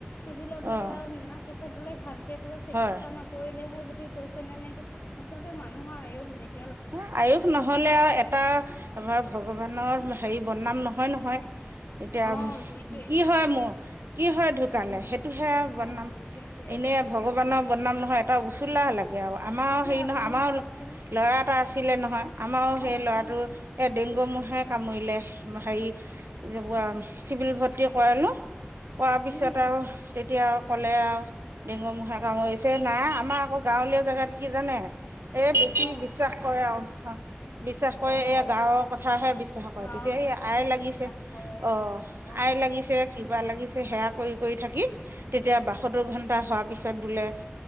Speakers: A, on the left (about 65°); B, on the right (about 80°).
A: চিভিলত বোলে
B: অ'
A: আৰু নিয়াৰ পিছত বোলে ভালকে বোলে চিকিৎসা
B: হয়
A: নকৰিলেহে বোলে। কৈছে নে-নে কি আচলতে মানুহৰ আয়ুস বেছি
B: এ আয়ুস নহলে আৰু এটা আমাৰ ভগৱানৰ হেৰি বদনাম নহয়-নহয়। হয় । এতিয়া
A: অ সেইটোয়ে
B: কি
A: সেইটোয়ে
B: হয় মোৰ কি হয় ঢুকালে
A: উম
B: সেইটোহে বদনাম
A: অ অ সেইটোয়ে
B: এনেই
A: সেইটোয়ে
B: ভগৱানৰ বদনাম নহয়। এটা লাগে আৰু আমাৰো
A: এতিয়া
B: হেৰি
A: আপুনি
B: নহয়, আমাৰো
A: চাওকচোন
B: ল'ৰা এটা আছিলে নহয়। আমাৰো
A: অ
B: সেই ল'ৰাটোৰ
A: অ
B: এ ডেংগু মহে কামুৰিলে । হেৰি <unintelligible> চিভিল ভৰ্তি কৰালো কৰোৱাৰ পিছত
A: উম
B: আৰু তেতিয়া আও কলে আৰু ডেঙগু মহে কামুৰিছে, নাই আমাৰ আকৌ গাঁৱলীয়া জেগাত কি জানে? এই বেছি
A: উম
B: বিশ্বাস কৰে আৰু বিশ্বাস কৰে,
A: অ অ
B: এই গাঁৱৰ কথাহে বিশ্বাস কৰে,
A: গাঁৱৰ
B: তেতিয়া
A: কথাহে
B: এই আই লাগিছে
A: বিশ্বাস কৰে
B: অ
A: অ
B: আই লাগিছে, কিবা লাগিছে সেৱা কৰি-কৰি থাকি তেতিয়া বাসত্তৰ
A: অ
B: ঘন্টা হোৱাৰ পিছত বোলে